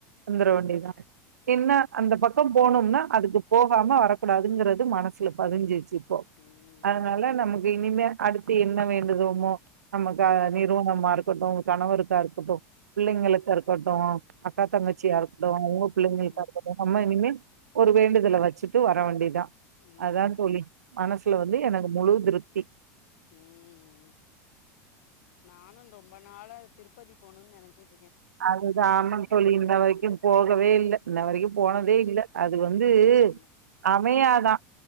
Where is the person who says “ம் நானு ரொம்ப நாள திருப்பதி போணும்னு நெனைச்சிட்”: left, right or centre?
Left